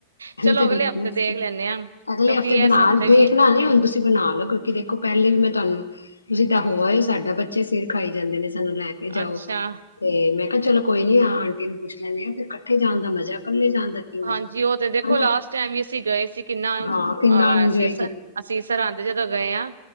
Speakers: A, on the right (about 70°); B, on the left (about 75°).
A: ਚਲੋ
B: ਤਾਂ ਦੇਖੋ,
A: ਅਗਲੇ ਹਫ਼ਤੇ
B: ਨਾ ਤੁਸੀਂ।
A: ਦੇਖ ਲੈਂਦੇ ਹਾਂ
B: ਅਗਲੇ
A: ਕਿਉਂਕਿ
B: ਹਫ਼ਤੇ ਬਣਾ
A: ਇਸ
B: ਦੇਖਣਾ
A: ਵੀ
B: ਨਹੀਂ ਹੁਣ ਤੁਸੀਂ ਬਣਾ ਲਓ ਕਿਉਂਕਿ ਦੇਖੋ ਪਹਿਲੇ ਵੀ ਮੈਂ ਤੁਹਾਨੂੰ- ਤੁਸੀਂ ਤਾਂ ਹੋ ਆਏ ਹੋ। ਸਾਡਾ ਬੱਚੇ ਸਿਰ- -ਖਾਈ ਜਾਂਦੇ ਨੇ। ਸਾਨੂੰ ਲੈ ਕੇ ਜਾਓ,
A: ਅੱਛਾ
B: ਤੇ ਮੈਂ ਕਿਹਾ ਚਲੋ ਕੋਈ ਨੀ ਆ- ਅੰਟੀ ਨੂੰ ਪੁੱਛ ਲੈਂਦੇ ਹਾਂ, ਫਿਰ ਇਕੱਠੇ ਜਾਣ ਦਾ ਮਜ਼ਾ। ਇਕੱਲੇ ਜਾਣ ਦਾ ਕੀ ਮਜ਼ਾ
A: ਹਾਂਜੀ ਉਹ ਤੇ ਦੇਖੋ
B: ਹਨਾ
A: ਲਾਸਟ ਟਾਈਮ ਵੀ ਅਸੀਂ ਗਏ ਸੀ ਕਿੰਨਾ ਮਜ਼ਾ
B: ਹਾਂ ਕਿੰਨਾ ਇੰਜੋਏ
A: ਆਇਆ ਸੀ। ਅਸੀਂ ਸਰਹਦ ਜਦੋਂ ਗਏ ਹਾਂ।